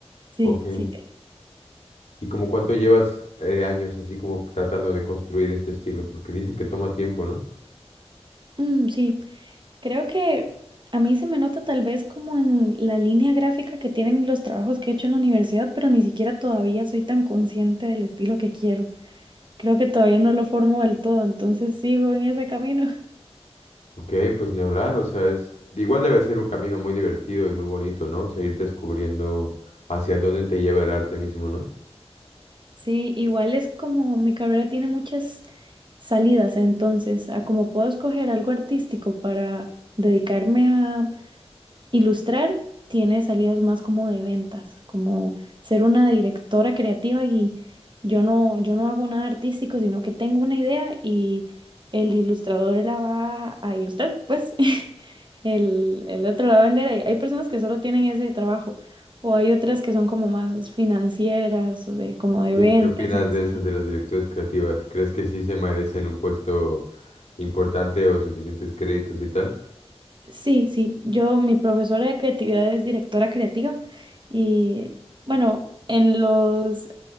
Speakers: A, on the right; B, on the left.
A: sí,
B: Ok.
A: sí,
B: ¿Y como cuánto llevas eh, años así como tratando de construir este estilo? Porque dicen que toma tiempo, ¿no?
A: Mm, sí. Creo que a mí se me nota tal vez como en la línea gráfica que tienen los trabajos que he hecho en la universidad, pero ni siquiera todavía soy tan consciente del estilo que quiero. Creo que todavía no lo formo del todo, entonces sigo en ese camino. <laughs>
B: Ok, pues ni hablar, o sea, es igual debe ser un camino muy divertido y muy bonito, ¿no? Seguir descubriendo hacia dónde te lleva el arte mismo, ¿no?
A: Sí, igual es como mi carrera tiene muchas salidas, entonces, a como puedo escoger algo artístico para dedicarme a Ilustrar tiene salidas más como de ventas, como ser una directora creativa y yo no, yo no hago nada artístico, sino que tengo una idea y el ilustrador la va a ilustrar, pues <laughs> el, el otro la va a vender. Hay, hay personas que solo tienen ese trabajo o hay otras que son como más financieras, de, como de
B: ¿Qué,
A: ventas
B: qué opinas
A: en
B: de
A: sí.
B: esas de las directoras creativas? ¿Crees que sí se merecen un puesto importante o suficientes créditos y tal?
A: Sí, sí, yo, mi profesora de creatividad es directora creativa y bueno, en los